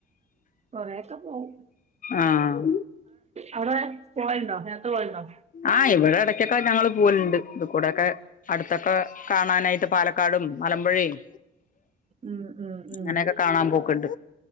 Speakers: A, on the right; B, on the left.
A: കൊറേക്ക പോകും
B: ആഹ്
A: അവിടെ പോവലുണ്ടോ യാത്ര പോവലുണ്ടോ?
B: ആഹ് ഇവിടെ ഇടക്കൊക്കെ ഞങ്ങള് പോവലുണ്ട് ഇത് കൂടൊക്കെ അടുത്തൊക്കെ കാണാനായിട്ട് പാലക്കാടും മലമ്പുഴയും
A: ഉം ഉം ഉം
B: അങ്ങനെയൊക്കെ കാണാൻ പോക്കണ്ട്